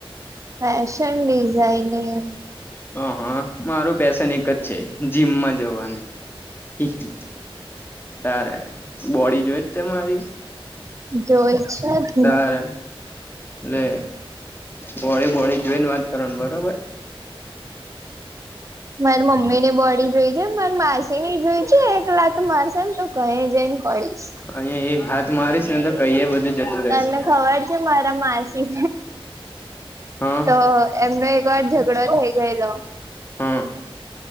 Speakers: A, on the right; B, on the left.
A: Fashion designing.
B: હ હા મારું ફેસન એક જ છે જીમમાં જવાનું. ત બોડી જોઈ જ તે મારી??
A: જોઈ છે જ
B: તાર
A: ને
B: લે બોળી બોળી જોઈને વાત કરવાની બરાબર?
A: મારી મમ્મી ની બોડી જોઈ છે મારી માસી ની જોય છે? એક લાત મારસે ને તો કઈ જઈને પડીશ.
B: અહીયા એક હાથ મારીશ ને તો કહીએ બધું જતું રહેશે
A: ત એમને ખબર છે મારા માસી
B: હા
A: તો એમનું એક વાર ઝઘડો થઈ ગએલો.
B: હા